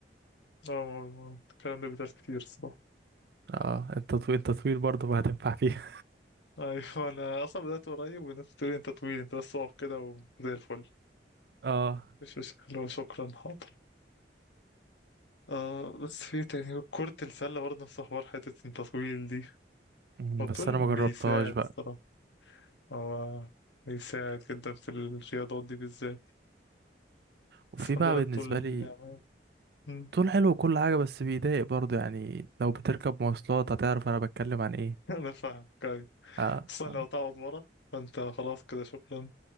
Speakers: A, on the left; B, on the right.
A: اه ما- ما- الكلام ده بيتقال كتير الصراحة
B: اه أنت طويل أنت طويل برضه فهتنفع فيها
A: ايوه انا اصلا بدأت قريب والناس بتقول لي انت طويل انت بس اقف كده وزي الفل
B: <laughs> اه
A: مش مش اللي هو شكرا حاضر آه بس في إيه تاني كرة السلة برضه نفس حوار حتة انت طويل دي
B: مم،
A: هو الطول
B: بس أنا
A: بيساعد
B: ما جربتهاش بقى
A: الصراحة هو بيساعد جدا في الرياضات دي بالذات
B: وفي
A: بس الحمد
B: بقى
A: لله
B: بالنسبة
A: الطول
B: لي
A: نعمة مم.
B: طول حلو وكل حاجة بس بيضايق برضه يعني لو بتركب مواصلات هتعرف أنا بتكلم عن ايه
A: <laughs> انا فاهم كويس
B: آه.
A: اصلا
B: آه.
A: لو تقعد ورا فانت خلاص كده شكرا